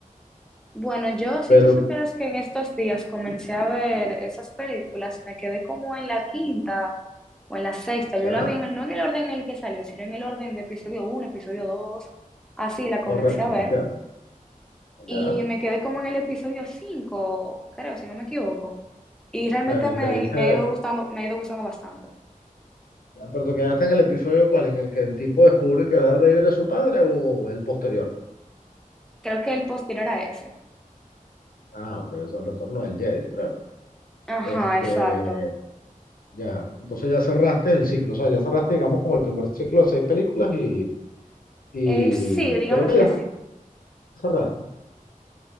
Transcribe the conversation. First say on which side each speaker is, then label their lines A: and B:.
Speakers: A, in the centre; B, on the left (about 85°).
A: Bueno, yo, si
B: Pero
A: tú supieras que en estos días comencé a ver esas películas, me quedé como en la quinta o en la sexta. Yo
B: ya,
A: la vi en el, no en el orden en el que salió, sino en el orden de episodio uno, episodio dos, Así la comencé
B: correcto,
A: a ver.
B: te entiendo, ya.
A: Y me quedé como en el episodio 5, creo, si no me equivoco. Y realmente
B: O sea, en el
A: me,
B: que le dice,
A: me ha ido gustando, me ha ido gustando bastante.
B: ya, pero te quedaste en el episodio cuál, en el que el tipo descubre que Darth Vader es su padre o el posterior.
A: Creo que el posterior a ese.
B: Ah, ok, o sea, el retorno del Jedi, creo.
A: Ajá,
B: Este,
A: exacto.
B: ya, entonces ya cerraste el ciclo, o sea, ya cerraste, digamos, como el primer ciclo de seis películas y Y
A: Eh, sí, digamos
B: creo que
A: que
B: ya
A: sí.
B: cerraste.